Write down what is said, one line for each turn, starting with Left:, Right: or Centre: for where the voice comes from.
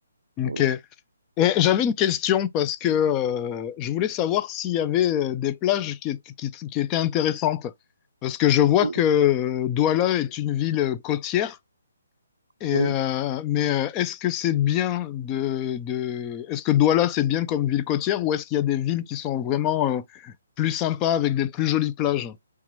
Left: Ok.
Right: Oui.
Left: Et j'avais une question parce que euh, je voulais savoir s'il y avait euh, des plages qui, étaient- qui, qui étaient intéressantes. Parce que je vois
Right: Oui.
Left: que euh, Douala est une ville euh, côtière. Et,
Right: Oui.
Left: euh, mais euh, est-ce que c'est bien de, de... Est-ce que Douala, c'est bien comme ville côtière ou est-ce qu'il y a des villes qui sont vraiment euh, plus sympas avec des plus jolies plages?